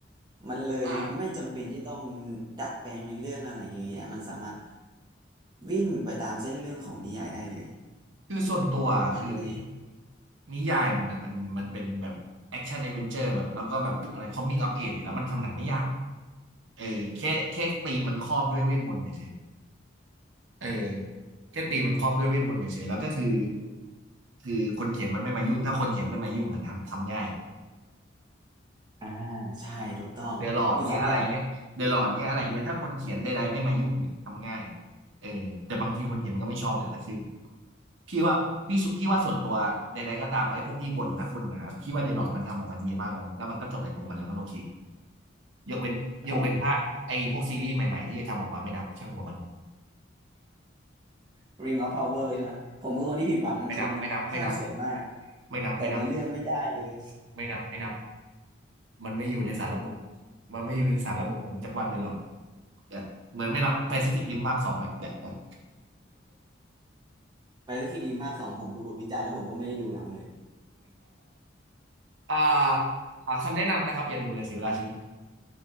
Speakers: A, on the right; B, on the right.
A: มันเลยไม่จำเป็นที่ต้อง
B: อ่า
A: ดัดแปลงในเรื่องอะไรเยอะแยะมันสามารถวิ่งไปตามเส้นเรื่องของนิยายได้เลย
B: คือส่วนตัวคือ
A: มันเลย
B: นิยายมันอ่ะมันมันเป็นแบบแอคชั่น d อ v e n เ u อร์แบบแล้วก็แบบอะไรคอมมิ่งอัปเออยู่แล้วมันทำหนังไม่ยากเออแค่แค่ตีมมันครอบด้วยเวทมนต์เฉยๆเออแค่ตีมมันครอบด้วยเวทมนต์เฉยๆแล้วก็คือคือคนเขียนมันไม่มายุ่งถ้าคนเขียนไม่มายุ่งอะทำทำง่าย
A: อ่าใช่ถูกต้องมีสองอย่าง
B: เดอะลอร์ดเงี้ยอะไรเงี้ยเดอะลอร์ดเงี้ยอะไรเงี้ยถ้าคนเขียนใดๆไม่มายุ่งเนี่ยทำง่าย
A: อืม
B: เออแต่บางทีคนเขียนมันก็ไม่ชอบแหละแต่คือพี่ว่าพี่สุพี่ว่าส่วนตัวใดๆก็ตามไอ้พวกที่บ่นนักบ่นหนาพี่ว่าเดอะลอร์ดมันทำออกมาดีมากแล้วเนอะแล้วมันก็จบในตัวมันแล้วมันโอเคยกเว้นยกเว้นภาคไอ้พวกซีรีส์ใหม่ๆที่จะทำออกมาไม่นับช่างหัวมัน
A: ผมคือ Ring of Power ใช่ไหมผมคือคนที่ผิดหวังนะคนหนึงภาพสวยมาก
B: ไม่นับไม่นับไม่นับไม่นับไม่นับ
A: แต่เนื้อเรื่องไม่ได้เลย
B: ไม่นับไม่นับมันไม่อยู่ในสารระบบมันไม่อยู่ในสารระบบของจักรวาลเดอะลอร์ดเออเหมือนไม่นับแปซิฟิกริมภาคสองอะแบบแบบ
A: อ่าแปซิฟิกริมภาคสองผมดูบทวิจารณ์แล้วผมก็ไม่ได้ดูหนังเลย
B: อ่าหาคำแนะนำนะครับอย่าดูเลยเสียเวลาชีวิต